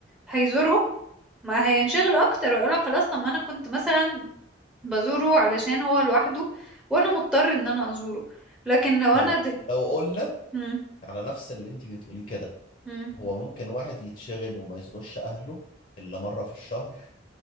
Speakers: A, in the centre; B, on the left (about 45°).
A: هيزورهم ما هينشغل اكتر ويقولك خلاص طب ما انا كنت مثلا بزوره علشان هو لوحده وانا مضطر ان انا ازوره لكن لو
B: طيب
A: انا دل...
B: لو قلنا
A: مم،
B: على نفس اللي أنت بتقوليه كده
A: مم،
B: هو ممكن واحد يتشغل وما يزورش أهله إلا مرة في الشهر